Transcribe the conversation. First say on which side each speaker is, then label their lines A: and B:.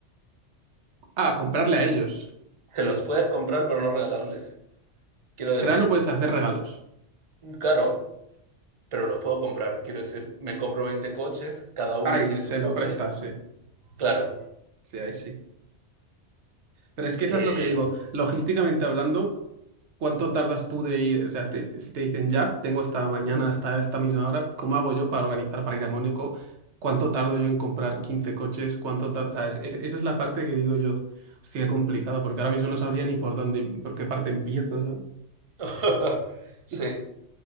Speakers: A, on the right; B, on the right.
A: Ah, comprarle a ellos.
B: Se los puedes comprar pero no regalarles. Quiero decir,
A: En general no puedes hacer regalos.
B: claro, pero los puedo comprar. Quiero decir, me compro 20 coches, cada uno
A: Ay,
B: tiene
A: se
B: su coche,
A: lo prestas, sí.
B: claro.
A: Sí, ahí sí. Pero es que eso
B: Eh,
A: es lo que digo. Logísticamente hablando, ¿Cuánto tardas tú de ir? O sea, te- te- si te dicen ya, tengo esta mañana
B: Ujú.
A: hasta esta misma hora, ¿cómo hago yo para organizar para ir a Mónaco? ¿Cuánto tardo yo en comprar 15 coches? ¿Cuánto tar- o sea, es- es- esa es la parte que digo yo, hostia, qué complicado, porque ahora mismo no sabría ni por dónde, por qué parte empiezo, ¿sabes?
B: <laughs> sí,
A: Eh,